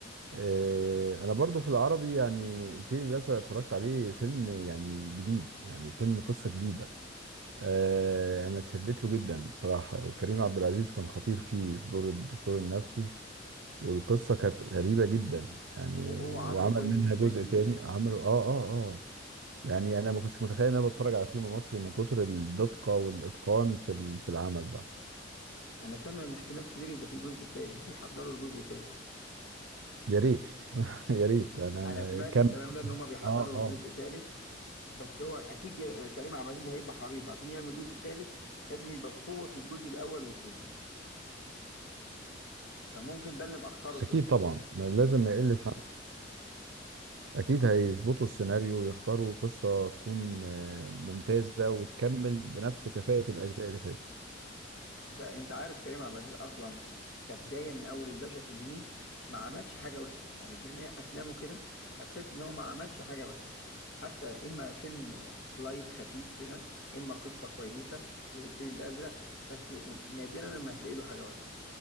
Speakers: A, on the right (about 80°); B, on the left (about 80°).
A: آه، انا برضو في العربي يعني الفيل الازرق اتفرجت عليه فيلم يعني جديد يعني فيلم قصه جديده آه، انا اتشدت له جدا بصراحه وكريم عبد العزيز كان خطير فيه في دور الدكتور النفسي والقصه كانت غريبه جدا يعني
B: وهو عامله
A: وعمل
B: كويس
A: منها
B: جدا
A: جزء
B: جدا
A: تاني عمله اه اه اه يعني انا ما كنتش متخيل ان انا بتفرج على فيلم مصري من كتر الدقه والاتقان في ال- في العمل ده
B: أنا سامع إن احتمال كبير يبقى في جزء تالت بيحضروا الجزء التالت
A: يا ريت <laughs> يا ريت انا
B: أنا
A: ما-
B: سمعت
A: كمل
B: الكلام ده إن هما بيحضروا
A: اه اه
B: الجزء التالت بس هو اكيد جا- كريم عبد العزيز هيبقى حريص عشان يعمل جزء تالت لازم يبقى بقوة الجزء الاول والتاني فممكن ده اللي مأخره شوية
A: اكيد طبعا ما لازم ما يقلش عن أكيد هيظبطوا السيناريو ويختاروا قصة تكون آه، ممتازة وتكمل بنفس كفاءة الأجزاء اللي فاتت
B: انت انت عارف كريم عبد العزيز اصلا كبداية من اول الباشا تلميذ ما عملش حاجة وحشة يعني بجميع افلامه كده هتحس ان هو ما عملش حاجة وحشة حتى اما فيلم آه، لايت خفيف كده اما قصة كويسة زي الفيل الازرق بس آه، نادرا لما هتلاقي له حاجة وحشة